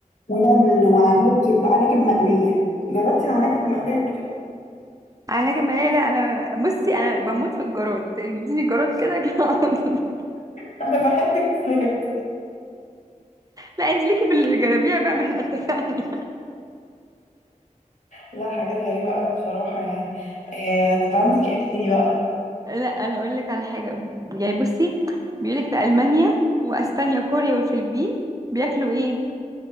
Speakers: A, on the left; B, on the right.
A: ونمل وعناكب عناكب مقليه جربتي العناكب المقليه قبل كده
B: انا كمان لا لا، انا بصي انا بموت في الجراد تديني جراد كده كده <laughs>
A: <laughs> انا بحب الكلاب
B: لا انت ليكي في الجرابيع بقى ما احنا اتفقنا
A: لا حاجات غريبه قوي بصراحه يعني آه طب عندك ايه تاني بقى
B: <laughs> لا انا اقول لك على حاجه يعني بصي بيقول لك في المانيا واسبانيا وكوريا والفلبين بياكلوا ايه